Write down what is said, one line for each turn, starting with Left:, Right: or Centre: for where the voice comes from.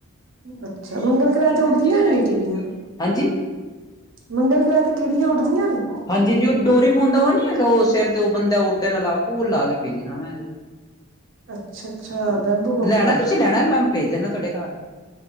Right: ਅੱਛਾ ਮੰਗਲ
Left: ਕੀ
Right: ਗ੍ਰਹਿ ਤੇ ਉੱਡਦੀਆਂ
Left: ਦੂਜੀ ਵਰਾਇਟੀ
Right: ਵੀ ਨੇ ਕੀੜੀਆਂ
Left: ਦੀ ਕੀੜੀ ਹਾਂਜੀ।
Right: ਮੰਗਲ ਗ੍ਰਹਿ ਤੇ ਕੀੜੀਆਂ ਉੱਡਦੀਆਂ ਨੇ
Left: ਹਾਂਜੀ ਹਾਂਜੀ ਉਹ ਡੋਰੀ ਮੁੋਦਾ ਉਹ ਨੀ। ਮ ਕਿਹਾ ਉਹ ਸਿਰ ਤੇ ਉਹ ਬੰਦਾ ਉੱਡਣ ਲਾ ਉਹ ਲਾ ਕੇ ਭੇਜਣਾ ਮੈਂ।
Right: ਅੱਛਾ ਅੱਛਾ
Left: ਹਾਂਜੀ
Right: ਬੈਂਬੂ ਕੋਪਟਰ
Left: ਲੈਣਾ ਤੁਸੀਂ ਲੈਣਾ ਮੈਂ ਭੇਜ ਦੇਣਾ ਤੁਹਾਡੇ ਘਰ।